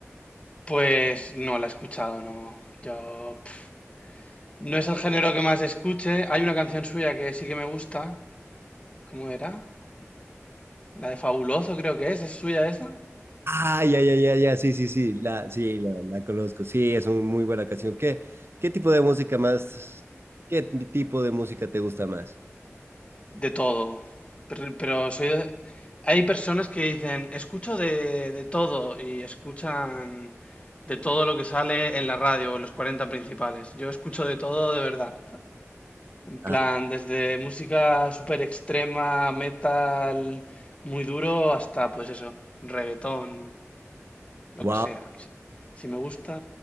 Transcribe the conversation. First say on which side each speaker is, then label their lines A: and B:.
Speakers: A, on the left; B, on the right.
A: Pues no la he escuchado, no. Yo pf, no es el género que más escuche. Hay una canción suya que sí que me gusta. ¿Cómo era? La de Fabuloso creo que es. ¿Es suya esa?
B: Ah, ya, ya, ya, ya, sí, sí, sí, la, sí, la, la conozco, sí, es una muy buena canción. ¿Qué, qué tipo de música más, qué tipo de música te gusta más?
A: De todo. Pero, pero soy de- Hay personas que dicen, escucho de, de todo y escuchan de todo lo que sale en la radio o en los 40 principales. Yo escucho de todo de verdad. En
B: Ah,
A: plan, desde música súper extrema, metal muy duro, hasta pues eso, reggaetón,
B: wow.
A: lo que sea. Si, si me gusta,